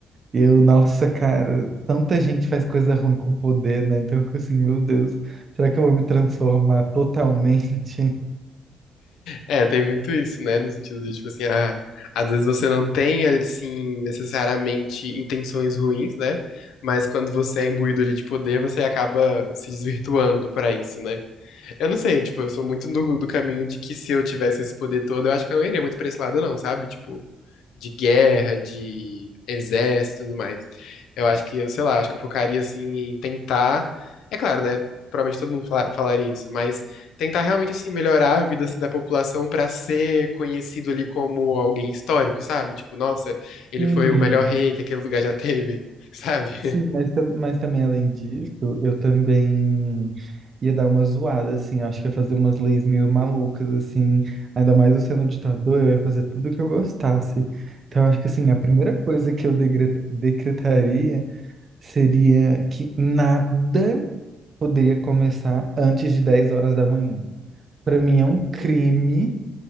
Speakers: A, on the right; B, on the left.
A: Eu, nossa, cara, tanta gente faz coisa ruim com poder, né? Então eu fico assim, meu Deus, será que eu vou me transformar totalmente? <laughs>
B: É, tem muito isso, né? No sentido de, tipo assim, ah, às vezes você não tem, assim, necessariamente intenções ruins, né? Mas quando você é imbuído ali de poder, você acaba se desvirtuando pra isso, né? Eu não sei, tipo, eu sou muito do, do caminho de que se eu tivesse esse poder todo, eu acho que eu não iria muito pra esse lado, não, sabe? Tipo, de guerra, de exército e tudo mais. Eu acho que eu, sei lá, acho que eu focaria assim em tentar. É claro, né? Provavelmente todo mundo fala- falaria isso, mas tentar realmente assim melhorar a vida assim da população pra ser conhecido ali como alguém histórico, sabe? Tipo, nossa, ele
A: Hum.
B: foi o melhor rei que aquele lugar já teve, <laughs> sabe?
A: Sim, mas, tam- mas também além disso, eu também ia dar uma zoada, assim, acho que ia fazer umas leis meio malucas, assim, ainda mais eu sendo ditador, eu ia fazer tudo que eu gostasse. Então, eu acho que, assim, a primeira coisa que eu degre- decretaria seria que nada poderia começar antes de 10 horas da manhã. Para mim é um crime,